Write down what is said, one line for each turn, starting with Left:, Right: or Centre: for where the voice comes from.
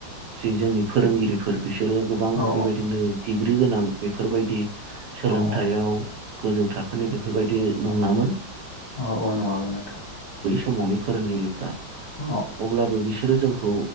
Right: जि जोंनि फोरोंगिरिफोर बिस सोरो गोबां
Left: औ
Right: बेबायदिनो डिग्रि गोनां बेफोरबायदि सोलोंथायाव
Left: औ औ
Right: गोजौ थाखोनि बेफोरबायदि न' नङामोन
Left: अ अ नङामोन नोंथां।
Right: मावनि फोरोंगिरिफ्रा
Left: औ
Right: अब्लाबो बिस बिसोरो जोंखौ